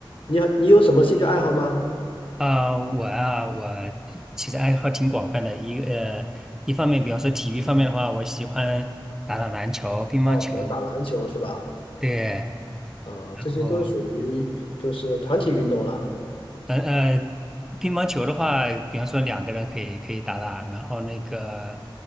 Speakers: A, on the left; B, in the centre.
A: 你你有什么兴趣爱好吗？
B: 啊，我啊，我其实爱好挺广泛的。一呃，一方面，比方说体育方面的话，我喜欢打打篮球、乒乓球。
A: 哦，喜欢打篮球是吧？
B: 对，
A: 啊，这些都是属于就是团体运动了。
B: 哦，呃呃，乒乓球的话，比方说两个人可以可以打打，然后那个，